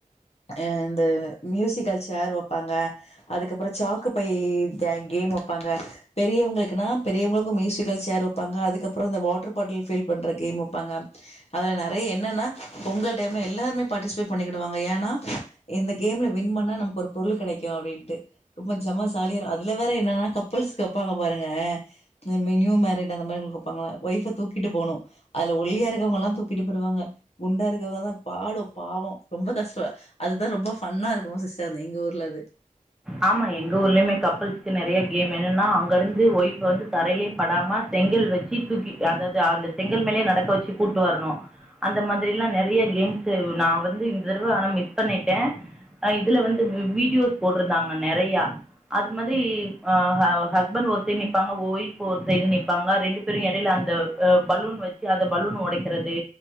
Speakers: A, on the left; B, in the centre.
A: அ இந்த மியூசிக்கல் சேர் வெப்பாங்க அதுக்கப்றோ சாக்கு பை கே கேம் வெப்பாங்க பெரியவங்களுக்குனா பெரியவங்களுக்கு மியூசிக்கல் சேர் வெப்பாங்க அதுக்கப்பறோ இந்த வாட்டர் பாட்டில் ஃபீல் பண்ற கேம் வெப்பாங்க அதுல நறைய என்னன்னா பொங்கல் டைம்ல எல்லாருமே பாட்டிசிபேட் பண்ணிகிடுவாங்க ஏன்னா இந்த கேம்ல வின் பண்ணா நமக்கு ஒரு பொருள் கிடைக்கு அப்படின்ட்டு ரொம்ப ஜமா சாலியா இருக்கு அதுல வேற என்னன்னா கப்புள்ஸ்க்கு வெப்பாங்க பாருங்க இந்த மினிமம் மேரிட் அந்த மாதிரி இருப்பாங்கல்ல ஒய்ஃப்ப தூக்கி போணு அதுல ஒல்லியா இருக்கவங்ககெல்லா தூக்கிட்டு போயிருவாங்க குண்டா இருக்கவங்க தா பாடு பாவோ ரொம்ப கஷ்டம் அதுதா ரொம்ப ஃபன்னா இருக்கும் சிஸ்டர் எங்க ஊர்ல அது
B: ஆமா எங்க ஊர்லயுமே கப்பள்ஸ்க்கு நிறைய கேம் என்னன்னா அங்க இருந்து ஒய்ஃப் வந்து தரையிலயே படாம செங்கல் வச் சு தூக்கி அதாவது அந்த செங்கல் மேலயே நடக்க வச்சி கூப்ட்டு வரணு அந்த மாதிரி எல்லா நெறைய கேம்ஸ் நா வந்து இந்த தடவ ஆனா மிஸ் பண்ணிட்டே அ இதுல வந்து வீடியோஸ் போட்ருந்தாங்க நறையா அது மாதிரி ஆ ஹஸ்பண்ட் ஒரு சைடு நிப்பாங்க ஓய்ஃப் ஒரு சைடு நிப்பாங்க ரெண்டு பேரும் இடையில அந்த அ பலூன் வச்சி அத பலூன் உடைக்கிறது